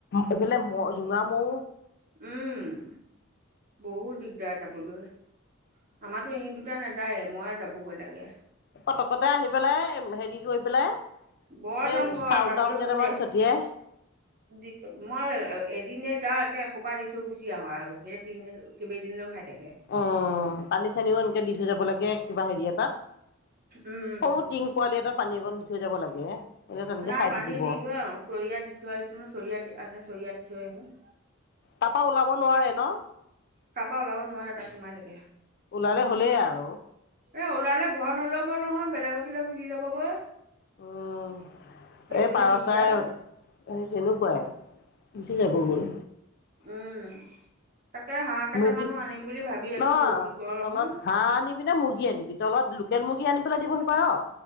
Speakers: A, on the left; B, on the right.
A: এইফালে ম, জোঙা মৌ
B: উম বহুত দিগদাৰ যাবলৈ। আমাৰটো ইহিট দুটা নাযায়ে, মইে যাবগৈ লাগে।
A: পতকতে আহি পেলাই হেৰি কৈ পেলাই
B: বৰ
A: এই
B: জংঘল,
A: চাউল
B: যাবলৈ
A: তাউল কেইটামান
B: বহুত এক,
A: ছটিয়াই
B: জিক মই এত এদিনে যাওঁ একে এসোপা দি থৈ গুচি আহোঁ আৰু সেই তিনদিন, কেইবেইদিনো খাই থাকে।
A: অ', পানী চানীও এনেকে দি থৈ যাব লাগে কিবা হেৰি এটাত।
B: উম
A: সৰু টিং পোৱালি এটাত পানী অকন দি থৈ যাব লাগে। এনে তেনেকে
B: নাই
A: খাই
B: পানী
A: থাকিব
B: দি থৈ আহোঁ, চৰিয়াত দি থৈ আহিছোঁ ন চৰিয়াত আছে চৰিয়াত থৈ আহোঁ।
A: তাৰাপা ওলাব নোৱাৰে ন?
B: তাৰাপা ওলাব নোৱাৰে তাত সোমাই থাকে।
A: ওলালে হ'লেই আৰু
B: এ ওলালে ঘৰ নল'ব নহয় বেলেগৰ ফালে গুচি যাবগৈ।
A: উম,
B: সেইটোহে
A: এই পাৰ
B: দিগদাৰ
A: চাই এই যেনেকুৱাই। গুচি যাবগৈ।
B: উম তাকে হাঁহ কেইটামানো
A: মুগী,
B: আনিম বুলি ভাবি আছো
A: ন
B: কি কৰো
A: তলত
B: আহো
A: হাঁহ আনিবি নে মুৰ্গী আনিবি? তলত লোকেল মুৰ্গী আনি পেলাই দিবহি পাৰ।